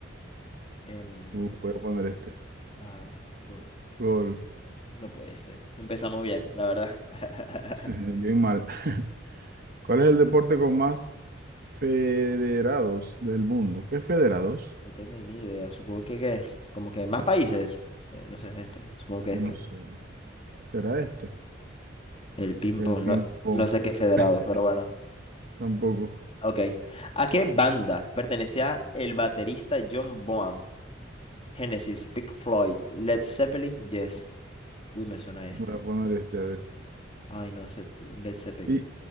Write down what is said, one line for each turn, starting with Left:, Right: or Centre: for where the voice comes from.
Left: em,
Right: Uh, voy a poner este.
Left: ah, golf.
Right: Gol.
Left: No puede ser. Empezamos bien, la verdad.
Right: <laughs> Bien
Left: <laughs>
Right: mal. <laughs> ¿Cuál es el deporte con más federados del mundo? ¿Qué federados?
Left: No tengo ni idea. Supongo que, que como que más países. Eh, no sé, este. Supongo que
Right: No
Left: este.
Right: sé. ¿Será este?
Left: El ping-pong.
Right: El ping-pong.
Left: No, no sé qué federados,
Right: <laughs>
Left: pero bueno.
Right: Tampoco.
Left: Ok. ¿A qué banda pertenecía el baterista John Bonham? Genesis, Pink Floyd, Led Zeppelin, Yes. Uy, me suena este.
Right: Voy a poner este, a ver.
Left: Ay, no sé. Led Zeppelin.
Right: Y